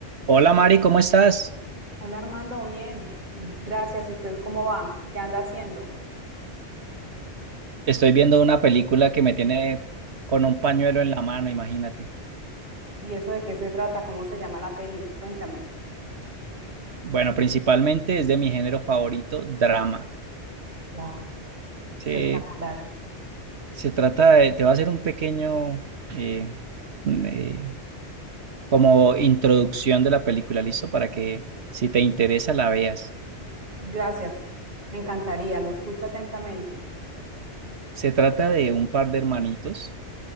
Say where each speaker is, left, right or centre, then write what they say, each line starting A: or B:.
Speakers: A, on the right; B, on the right.
A: Hola Mari, ¿cómo estás?
B: Hola Armando, bien. Gracias. ¿Y usted cómo va? ¿Qué anda haciendo?
A: Estoy viendo una película que me tiene con un pañuelo en la mano, imagínate.
B: ¿Y eso de qué se trata? ¿Cómo se llama la peli? Cuéntame.
A: Bueno, principalmente es de mi género favorito, drama.
B: Wow,
A: Se,
B: espectacular.
A: se trata de, te voy a hacer un pequeño, eh, un, eh, como introducción de la película, ¿listo? Para que si te interesa la veas.
B: Gracias. Me encantaría, lo escucho atentamente.
A: Se trata de un par de hermanitos,